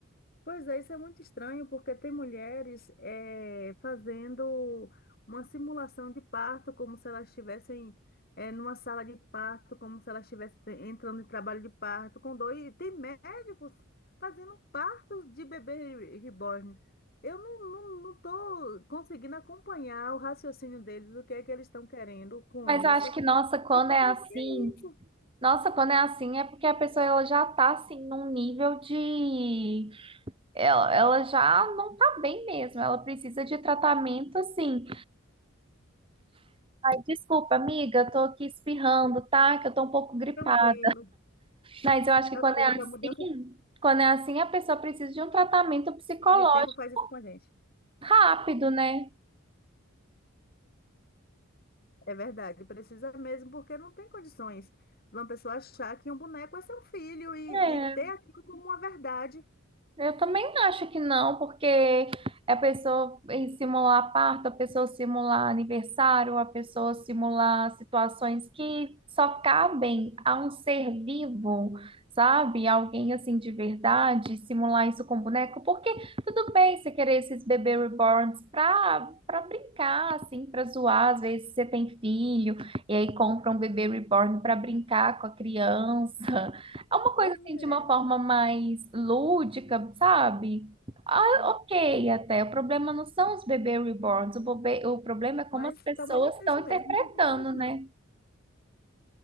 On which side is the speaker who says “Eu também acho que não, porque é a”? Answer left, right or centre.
Right